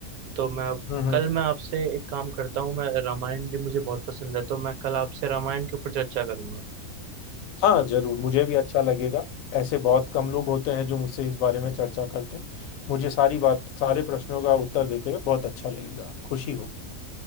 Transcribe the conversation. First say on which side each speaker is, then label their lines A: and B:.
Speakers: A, on the right; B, on the left.
A: तो मैं अब
B: हम्म हम्म।
A: कल मैं आपसे एक काम करता हूँ मैं रामायण भी मुझे बहुत पसंद है तो मैं कल आपसे रामायण के ऊपर चर्चा करूंगा
B: हाँ जरूर मुझे भी अच्छा लगेगा ऐसे बहुत कम लोग होते हैं जो मुझसे इस बारे में चर्चा करते हैं मुझे सारी बात सारे प्रश्नों का उत्तर देते हुए बहुत अच्छा लगेगा खुशी होगी